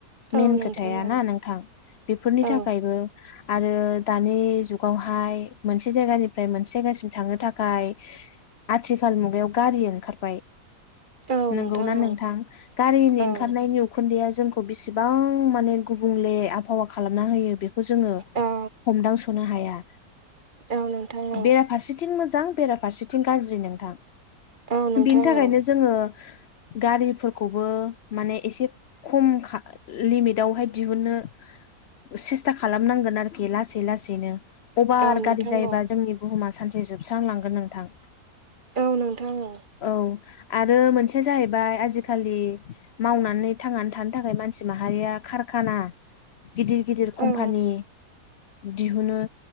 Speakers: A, on the right; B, on the left.
A: औ
B: मेन
A: नोंथां
B: खोथाया
A: औ
B: ना नोंथां बेफोरनि
A: औ
B: थाखायबो आरो दानि जुगाव हायो मोनसे जायगानिफ्राय मोनसे जायगासिम थांनो थाखाय आथिखाल मुगायाव गारि ओंखारबाय।
A: औ
B: नंगौना नोंथां
A: औ
B: गारिनि
A: औ
B: ओंखारनायनि उ खुन्दैया जोंखौ बेसेबां माने गुबुंले आबहावा खालामना होयो बेख खौ जोङो
A: औ
B: हमदांस'नो हाया।
A: औ नोंथां औ
B: बेराफारसेथिं मोजां बेराफारसेथिं गाज्रि नोंथां।
A: औ नोंथां
B: बिनि थाखायनो
A: औ
B: जोङो। गारिफोरखौबो माने एसे खम खा लिमिटावहाय दिहुननो सेस्था खालामनांगोन आरोखि लासै लासैनो अभार
A: औ
B: गारि
A: नोंथां
B: जायोबा
A: औ
B: जोंनि बुहुमा सानसे जोबस्रांलांगोन नोंथां।
A: औ नोंथां औ।
B: औ आरो मोनसेया जाहैबाय आजिखालि मावनानै थांनानै थानो थाखाय मानसि माहारिया खारखाना गिदिर गिदिर कम्पानि
A: औ
B: दिहुनो